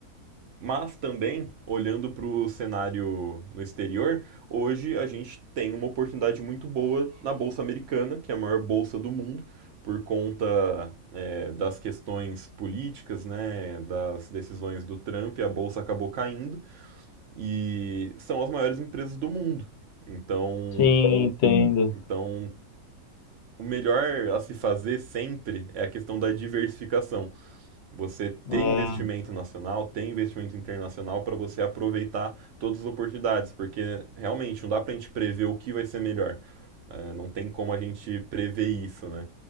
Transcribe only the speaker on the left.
Sim, entendo.
É.